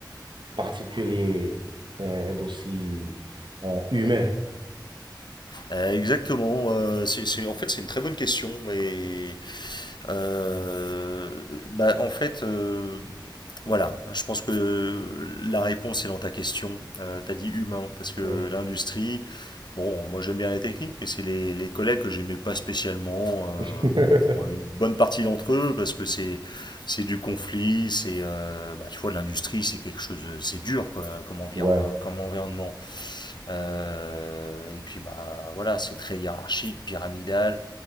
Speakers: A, on the right; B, on the left.
A: particulier, euh, d'aussi euh, humain?
B: Euh, exactement. Euh, c'est, c'est- en fait, c'est une très bonne question. Et Euh, bah, en fait, euh, voilà, je pense que la réponse est dans ta question. Euh, t'as dit humain, parce que
A: Oui.
B: l'industrie, bon, moi j'aime bien la technique, mais c'est les, les collègues que j'aimais pas spécialement, euh,
A: <laughs>
B: bon, pour une bonne partie d'entre eux, parce que c'est c'est du conflit, c'est, euh, bah, tu vois, l'industrie, c'est quelque chose, c'est dur quoi, comme, envir-
A: Ouais,
B: comme environnement. Euh, et puis, bah, voilà, c'est très hiérarchique, pyramidal.